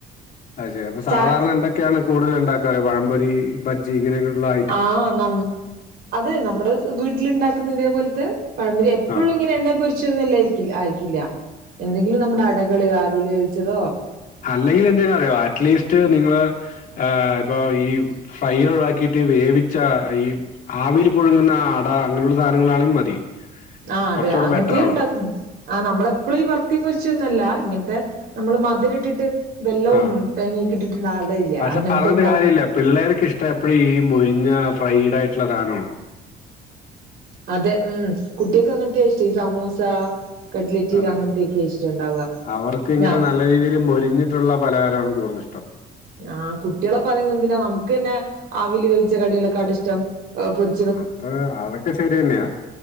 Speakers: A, on the left (about 55°); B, on the right (about 70°).
A: അത് ശരി അപ്പൊ
B: ചാ
A: സാധാരണന്തൊക്കെയാണ് കൂടുതലുണ്ടാക്കാറ് പഴംപൊരി ബജി ഇങ്ങനെക്കൊള്ളാ
B: ആ നമ് അത് നമ്മടെ വീട്ടിലുണ്ടാക്കുന്നിതേ പോലത്തെ പഴംപൊരി എപ്പോഴും
A: ആഹ്
B: ഇങ്ങനെ എണ്ണെ പൊരിച്ച് <unintelligible> ആയിരിക്കില്ല എന്തെങ്കിലും നമ്മുടെ അടകള് ആവിലേവിച്ചതോ
A: അല്ലെങ്കില് എന്തിണന്നറിയോ അറ്റ്ലീസ്റ്റ് നിങ്ങള് ഇപ്പൊ ഈ ഫൈ ഒഴവാക്കിട്ട് വേവിച്ച ഈ ആവിയിൽ പുഴങ്ങുന്ന അട അങ്ങനെയുള്ള സാധനങ്ങളാണെങ്കിലും മതി
B: ആ
A: കുറച്ചുകൂടെ
B: അതെ അങ്ങനത്തെയും
A: ബെറ്റർ ആണ്
B: ഉണ്ടാകും ആ നമ്മളെപ്പളി വർത്തപൊരിച്ചൊന്നല്ല ഇങ്ങനത്തെ നമ്മള് മധുരട്ടിട്ട് വെല്ലവും
A: ആ
B: തേങ്ങക്ക ഇട്ടിട്ടുള്ള അടയില്ലേ
A: പക്ഷെ
B: അങ്ങനത്തെ
A: പറഞ്ഞിട്ട്
B: ഇണ്ടാക്കും
A: കാര്യമില്ല പിള്ളേർക്ക് ഇഷ്ടം എപ്പഴി ഈ മുരിഞ്ഞ ഫ്രൈഡ് ആയിട്ടുള്ള സാനാണ്
B: അതെ ഉം കുട്ടിൾക്ക് അങ്ങനത്തെയ ഇഷ്ടം ഈ സമൂസ കട്ട്ലിറ്റ്
A: അതെ
B: അങ്ങനത്തെയൊക്കെയ ഇഷ്ടം ഇണ്ടാവ
A: അവർക്ക് ഇങ്ങനെ
B: ഞ
A: നല്ല രീതില് മൊരിഞ്ഞ് ട്ടുള്ള പലഹാരാണ് കൂടുതലിഷ്ട്ടം.
B: ആ കുട്ട്യേളെ പറയുന്നന്തിനാ നമുക്ക്ന്നെ ആവില് വേവിച്ച കടികളേകാളിഷ്ടം ആ പൊരി
A: അത് അതൊക്കെ ശരിയന്നെയ